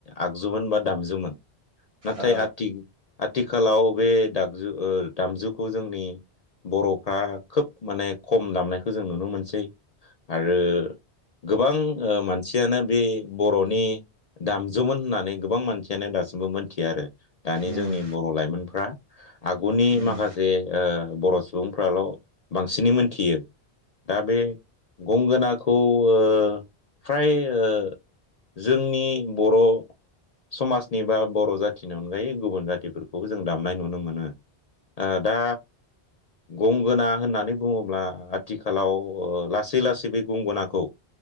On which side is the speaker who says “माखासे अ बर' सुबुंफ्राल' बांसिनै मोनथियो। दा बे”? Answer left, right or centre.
Left